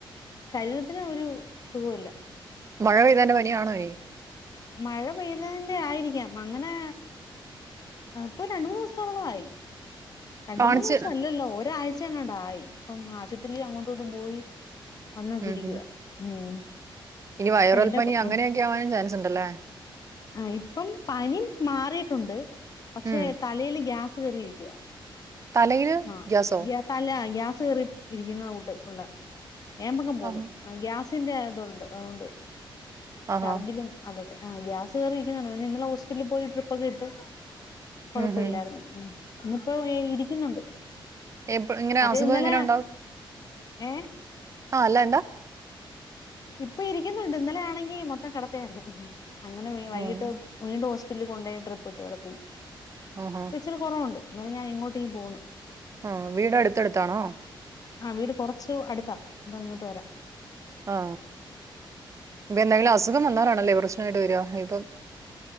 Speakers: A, on the left (about 45°); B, on the right (about 35°).
A: ശരീരത്തിന് ഒരു സുഖോമില്ല.
B: മഴ പെയ്തേന്റെ പനിയാണോ ഇനി?
A: മഴ പെയ്തതിന്റെ ആയിരിക്കാം. അങ്ങനെ ഇപ്പോ രണ്ട്മൂന്ന് ദിവസത്തോളം ആയി. രണ്ട
B: കാണിച്ച്
A: മൂന്ന് ദിവസം അല്ലല്ലോ ഒരാഴ് ങ്ങണ്ടായി ഇപ്പം ആശുപത്രില് അങ്ങോട്ങ്ങോട്ടും പോയി വന്നോക്കിയിരിക്കുവാ.
B: ഉം ഉം
A: ഉം.
B: ഇനി
A: അപ്പ
B: വൈറൽ
A: എന്റെ
B: പനി അങ്ങനെയൊക്കെ
A: ഉം
B: ആവാനും ചാൻസ് ഉണ്ടല്ലേ
A: ആ ഇപ്പം പനി മാറിട്ടുണ്ട് പക്ഷേ
B: ഉം
A: തലേല് ഗ്യാസ് കേറിയിരിക്കുവ
B: തലയില്
A: ആ
B: ഗ്യാസോ
A: ഗ്യ തല ഗ്യാ കേറി ഇരിക്കുന്ന കൂട്ടത്തല് ഏമ്പക്കം പോവുന്നു
B: ആഹാ
A: ആ ഗ്യാസ് തേ അതൊണ്ട്. ഒണ്ട്
B: ആഹാ
A: ഛർദ്ദിലും അതൊക്കെ ആ ഗ്യാസ് കയറിയിരിക്കുന്നോ ന്നോ ഇന്നലെ ഹോസ്പിറ്റലിൽ പോയി ട്രിപ്പൊക്കെ ഇട്ടു. കൊഴപ്പമില്ലായിരുന്നു.
B: ഉം ഉം
A: ഉം ഇന്നിപ്പോ ഇരിക്കുന്നുണ്ട്.
B: ഏ പ്പോ ഇങ്ങനെ
A: മറ്റേ
B: അസുഖ
A: ഇന്നലെ
B: എങ്ങനെ ഉണ്ടാവും?
A: ഏ
B: ആ ആല്ല ന്താ
A: ഇപ്പ ഇരിക്കുന്നുണ്ട്. ഇന്നലെ ആണെങ്കി മൊത്തം കെടത്തയായിരുന്നു. ങ്ഹും അങ്ങനെ വൈകിട്ട്
B: ആഹ്
A: വീണ്ടും ഹോസ്പിറ്റലിൽ കൊണ്ടേയി ട്രിപ്പ് ഇട്ട് കെടത്തി.
B: ആഹാ
A: ഇച്ചിരി കൊറവുണ്ട് ന്നാലും ഞാന് ഇങ്ങോട്ടേക്ക് പോന്നു.
B: ആ വീട് അടുത്ത്ടുത്താണോ
A: ആ വീട് കൊറച്ച് അടുത്താ. ഇന്ത ഇങ്ങോട്ട് വരാം.
B: ആ ഇപ്പൊ എന്തെങ്കിലും അസുഖം വന്നാല നല്ല പ്രശ്നമായിട്ട് വരുവാ ഇതും